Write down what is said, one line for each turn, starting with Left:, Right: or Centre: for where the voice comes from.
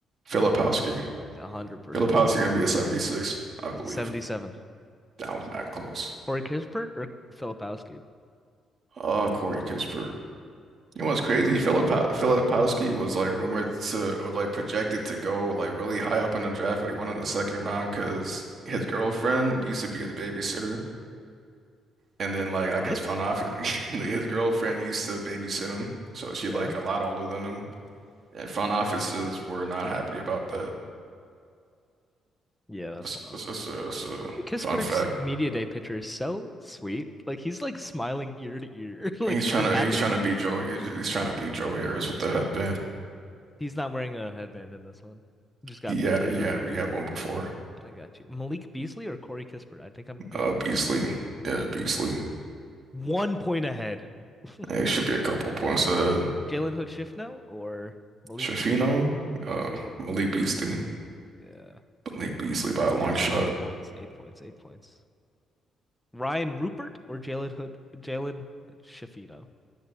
Right: Filipowski.
Centre: Yeah, 100%.
Right: Filipowski gonna be a 76, I
Centre: He's
Right: believe.
Centre: a 77.
Right: That was that close.
Centre: Corey Kispert or Filipowski?
Right: Uh, Corey Kispert. You know what's crazy? Filip Filipowski was like rumored to, or like projected to go like really high up in the draft, but he went in the second round because his girlfriend used to be his babysitter. And then like I
Centre: What?
Right: guess front office <laughs> his girlfriend used to babysit him, so she
Centre: Yeah.
Right: like a lot older than him. And front offices were not happy about that.
Centre: Yeah, that's
Right: That's,
Centre: wild.
Right: that's, that's a, that's a
Centre: Corey Kispert's
Right: fun fact.
Centre: media day picture is so sweet. Like he's like smiling ear to ear. <laughs> Like
Right: And he's
Centre: he's
Right: trying
Centre: just
Right: to
Centre: happy
Right: he's trying
Centre: to be
Right: to beat
Centre: here.
Right: Joe he's, he's trying to beat Joe Harris with the headband.
Centre: He's not wearing a headband in this one. Just got
Right: He
Centre: big
Right: had
Centre: head
Right: a, he
Centre: right
Right: had
Centre: here.
Right: we had one before.
Centre: I got you. Malik Beasley or Corey Kispert? I think I'm gonna
Right: Uh
Centre: go
Right: Beasley.
Centre: Malik Beasley.
Right: Yeah, Beasley.
Centre: One point ahead. <laughs>
Right: it should be a couple points. Uh
Centre: Jalen Hood Shifno or Malik
Right: Shafino,
Centre: Beasley?
Right: uh
Centre: Shifita.
Right: Malik Beasley.
Centre: Yeah.
Right: Malik Beasley by a long
Centre: Yeah, by
Right: shot.
Centre: eight points. Eight points. Eight points. Ryan Rupert or Jalen Hood Jalen Shifito?